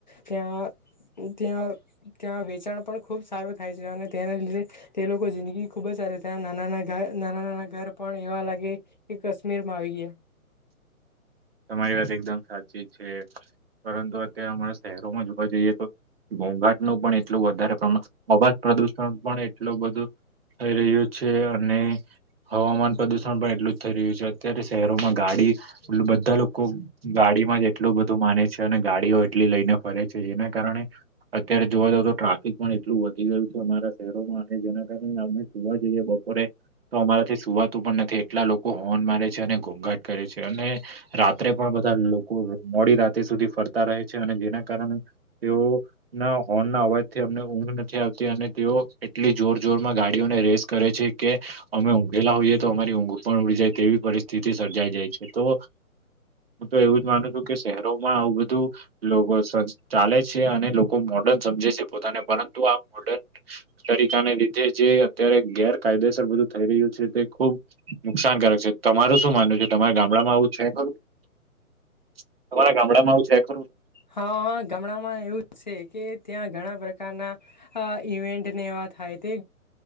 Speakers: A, on the left; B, on the right.
A: ત્યાં ત્યાં ત્યાં વેચાણ પણ ખુબ સારું થાય છે અને તેના લીધે તે લોકો જિંદગી ખુબ જ ત્યાં નાના નાના ઘર નાના નાના ઘર પણ એવા લાગે કે કશ્મીરમાં આવી ગયા
B: <inaudible> તમારી વાત એકદમ સાચી છે પરંતુ અત્યારે અમારા શહેરોમાં જોવા જઈએ તો ઘોંઘાટનું પણ એટલું વધારે પ્રમાણ અવાજ પ્રદુષણ પણ એટલું બધું થઈ રહ્યું છે અને હવામાન પ્રદુષણ પણ એટલું જ થઈ રહ્યું છે અત્યારે શહેરોમાં ગાડી એટલું
A: <inaudible>
B: બધા લોકો ગાડીમાં જ એટલું બધું માને છે અને ગાડીઓ એટલી લઈને ફરે છે જેના કારણે અત્યારે જોવા જાવ તો ટ્રાફિક પણ એટલું વધી ગયું છે અમારા શહેરોમાં અને જેના કારણે અમે જોવા જઈએ બ પોરે તો અમારાથી સુવાતું પણ નથી એટલા લોકો હોર્ન મારે છે અને ઘોંઘાટ કરે છે અને રાત્રે પણ બધા લોકો મોડી રાતે સુધી ફરતા રહે છે અને જેના કારણે તેઓ ના હોર્નના અવાજ થી અમને ઊંઘ નથી આવતી અને તેઓ એટલી જોર જોરમાં ગાડીઓને રેસ કરે છે કે અમે ઊંઘેલા હોઈએ તો અમારી ઊંઘ પણ ઉડી જાય તેવી પરિસ્થિતિ સર્જાઈ જાય છે તો હું તો એવું જ મા નું છું કે શહેરોમાં આવું બધું લોગો સ ચાલે છે અને લોકો મોર્ડર્ન સમજે છે પોતાને પરંતુ આ મોડર્ન તરીકાને લીધે જે અત્યારે ગેરકાયદેસર બધું થઈ રહ્યું છે તે ખુબ નુકસાનકારક છે તમારું શું માનવું છે તમારા ગામડામાં આવું છે ખરું તમારા ગામડામાં આવું છે ખરું
A: હા ગમડામાં એવું છે કે ત્યાં ઘણા પ્રકારના અ ઇવેન્ટ ને એવા થાય તે